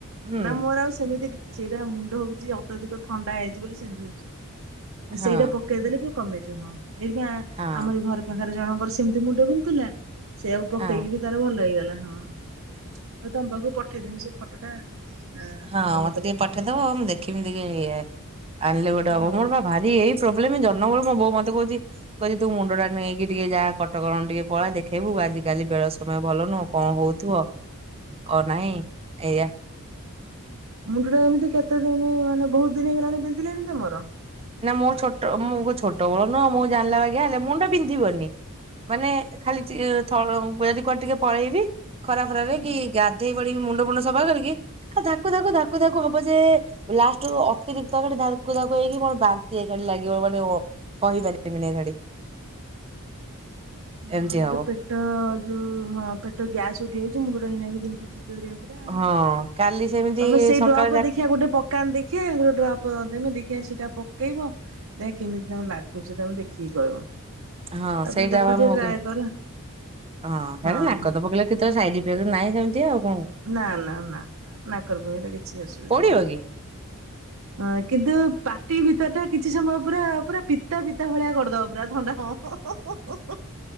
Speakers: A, on the right; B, on the right.
A: ହୁଁ।
B: ନା ମୋର ଆଉ ସେମିତି କି ସେଇଟା ମୁଣ୍ଡ ହଉଚି ଅତ୍ୟଧିକ ଥଣ୍ଡା ହେଇଚି ବୋଲି ସେମତି ହଉଚି।
A: ହଁ
B: ସେଇଟା ପକେଇଦେଲେ ଟିକେ କମିଯିବ ହଁ ଏଇଟି ପା
A: ହଁ
B: ଆମରି ଘର ପାଖରେ ଜଣଙ୍କର ସେମିତି ମୁଣ୍ଡ ବିନ୍ଧୁଥିଲା ସେଇଆକୁ ପକେଇକି
A: ହଁ
B: ତାର ଭଲ ହେଇଗଲା ହଁ ମୁଁ ତମ ପାଖୁ ପଠେଇଦେନି ସେ ଫଟ ଟା ଆଁ
A: ହଁ
B: ତମେ
A: ମତେ
B: ତମର
A: ଟିକେ ପଠେଇଦବ
B: ଆଣିବ
A: ମୁଁ ଦେଖିବି ଟିକେ ଇଏ ଆଣିଲେ ଗୋଟେ ହବ
B: ହଁ।
A: ମୋର ବା ଭାରି ଇ ଏଇ ପ୍ରୋବ୍ଲେମ ଜନ୍ମବେଳୁ ମୋ ବୋଉ ମତେ କହୁଚି କହିଲି ତୁ ମୁଣ୍ଡ ଟା ନେଇକି ଟିକେ ଯାହା କଟକଣ ଟିକେ ପଳା ଦେଖେଇବୁ ଆଜିିକାଲି ବେଳ ସମୟ ଭଲ ନୁହୁଁ। କଣ ହଉଥିବ କଣ ନାହିଁ ଏଇଆ।
B: ମୁଣ୍ଡଟା ଏମିତି କେତେ ଦିନି ମାନେ ବହୁତ ଦିନି ହେଇଗଲାଣି ବିନ୍ଧିଲାଣି ତମର।
A: ନାଁ ମୋ ଛୋଟ ମୁଁ ଛୋଟ ବଳ ନୁହଁ ମୁଁ ଜାଣିଲା ଆଜ୍ଞା ହେଲେ ମୁଣ୍ଡ ବିନ୍ଧିବନି। ମାନେ ଖାଲିଚି ଥ ଯଦି କୁଆଡେ ଟିକେ ପଳେଇବି ଖରା ଫରାରେ
B: ହଁ।
A: କି ଗାଧେଇ ପଡିବି ମୁଣ୍ଡ ଫୁଣ୍ଡ ସଫା କରିକି ଆ ଧାକୁ ଧାକୁ ଧାକୁ ଧାକୁ ହବ ଯେ ଲାଷ୍ଟ ବେଳକୁ ଅତିରିକ୍ତ ଧାକୁ ଧାକୁ ହେଇକି ବ ବାନ୍ତି ଏକାଡି ଲାଗିବ ମାନେ ସହିପାରିବେ ଏଗାଡି। ଏମିତି
B: ହଁ ଇଆଡେ
A: ହବ
B: ପେଟ ଯୋଉ ହଁ ପେଟ ଗ୍ୟାସ ଉଠି ଯାଇଛି ମୁଣ୍ଡ ଟା ନେଇକି ପନ୍ଧୁଛି ଚୋରିଆ ଟା ଆଉ।
A: ହଁ କାଲି ସେମିତି
B: ତମେ ସେଇ
A: ସକାଳେ
B: ଡ୍ରପ
A: ଯା
B: ଦେଖିଆ ଗୋଟେ ପକାନ୍ତୁ ଦେଖିଆ ଗୋଟେ ଡ୍ରପ୍ ଦେମି ଦେଖିଆ ସେଇଟା ପ କେଇବ ଦେଖିଆ କେମିତି ତମକୁ ଲାଗୁଚି ତମେ ଦେଖିକି କହିବ।
A: ହଁ
B: ତାପରେ
A: ସେଇଟା
B: ଦେଖ
A: ପା
B: ଟିକେ
A: ମୁଁ
B: ଟ୍ରାଏ
A: କ
B: କର।
A: ହଁ
B: ହଁ
A: ହେରା ନାକତ ପକେଇଲେ କେତେବେଳେ ସାଇଜ ନାହିଁ ସେମିତି ଆଉ କଣ?
B: ନା ନା ନା ନାକରେ ପକେଇଲେ କିଛି ଅସୁବିଧା
A: ପୋଡିବ
B: ନାହିଁ।
A: କି
B: ହଁ କିନ୍ତୁ ପାଟି ଭିତର ଟା କିଛି ସମୟ ପୁରା ପୁରା ପିତା ପିତା ଭଳିଆ କରିଦବ ପୁରା ଥଣ୍ଡା ହଁ